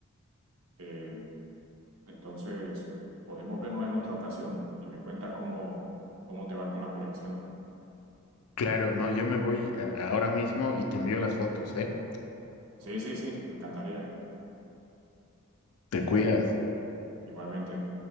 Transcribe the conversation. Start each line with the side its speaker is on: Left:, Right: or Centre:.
Right: eh, entonces podemos vernos en otra ocasión y me cuentas cómo, cómo te va con la colección.
Left: Claro, no, yo me voy a- ahora mismo y te envío las fotos, ¿eh?
Right: Sí, sí, sí, me encantaría,
Left: Te cuidas.
Right: igualmente.